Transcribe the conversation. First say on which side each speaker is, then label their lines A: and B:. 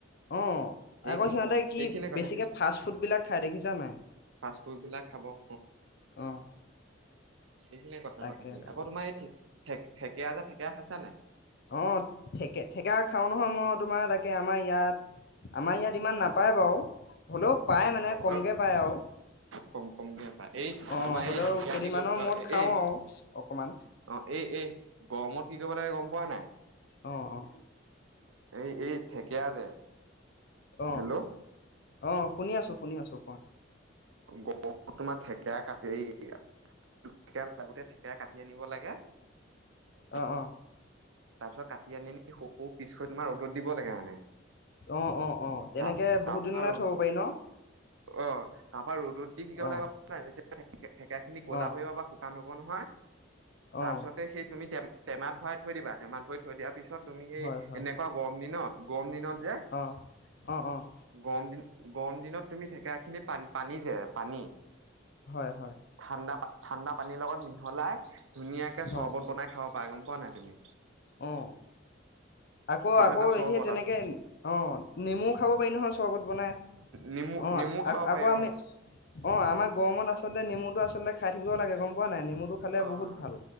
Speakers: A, on the left; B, on the right.
A: অ'
B: সেইখি
A: আকৌ সিহঁতে কি
B: সেইখিনিয়ে কথাখিনি
A: বেছিকে ফাষ্ট ফুডবিলাক খাই দেখিছা নাই
B: ফাষ্ট ফুড বিলাক খাব অ
A: অ <inaudible>
B: সেইখিনিয়ে কথা
A: তাকে
B: কথা খখিনি
A: তাকে
B: আকৈ তোমাৰ এই থ ঠেকীয়া যে ঠেকীয়া খাইছা নে
A: অ' ঠেকীয়া খাওঁ নহয় মই তোমাৰ তাকে আমাৰ ইয়াত আমাৰ ইয়াত ইমান নাপায় বাৰু হ'লেও পায় মানে
B: অ'
A: কমকে
B: অ'
A: পায় আৰু
B: কম কমকে পা এই
A: অ
B: তোমাৰ
A: হ'লেও
B: এই কি
A: কেইদিনমানৰ
B: ক
A: মূৰত খাওঁ
B: এই
A: আৰু অকমান
B: অ এই এই গৰমত কি ক প লাগে গম গম পোৱা নাই
A: অ' অ'।
B: এই এই ঢেকিয়া যে।
A: অ
B: হেল্ল'।
A: অ' শুনি আছো শুনি আছো কোৱা।
B: গম তোমাৰ থেকেৰা কাটি দিয়া লাগোতে থেকেৰা কাটি আনিব লাগে। তাৰ
A: অ অ
B: পিছত কাটি আনি সৰু সৰু পিছ। চয় দিন মান ৰ'দ দিব লাগে মানে।
A: অ' অ' অ' তেনেকে
B: তাপ তাপা
A: বহুত দিনলে
B: ৰ'দ
A: থব পাৰি ন।
B: অ'। তাৰপা ৰ'দত দি কি
A: অ
B: কৰিব লাগে নাই। হয় থেকেৰা খিনি কলা
A: অ
B: পৰিব বা শুকান হব। হ'ব নহয়। তাৰপিছতে
A: অ
B: সেই তুমি তেম। টেমাত ভৰাই থৈ দিবা। টেমাত ভৰি থৈ দিয়াৰ পিছত তুমি সেই
A: হয় হয়
B: এনেকুৱা গৰম দিনত। গৰম দিনত। যে
A: অ' অ' অ'।
B: গৰম দিন গৰম দিনত তুমি থেকে। পানী যে পানী।
A: হয় হয়।
B: ঠাণ্ডা ঠাণ্ডা পানীৰ লগত মিহলাই। ধুনীয়াকৈ
A: হয়
B: চৰ্বত বনাই খাব পাৰা গম পোৱা নাই তুমি।
A: অ আকৌ
B: সেইটো
A: আকৌ
B: এটা চৰ্বত
A: সেই তেনেক, অ' নেমুও খাব পাৰি নহয় চৰ্বত বনাই,
B: নেমু
A: অ'
B: নেমু খাব
A: আকৌ
B: পাৰি
A: আকৌ আমি।
B: অ'
A: অ' আমাৰ গৰমত আচলতে, নেমুটো আচলতে খাই থাকিব লাগে গম পোৱা নাই। নেমুটো খালে
B: অ'
A: বহুত
B: অ'
A: ভাল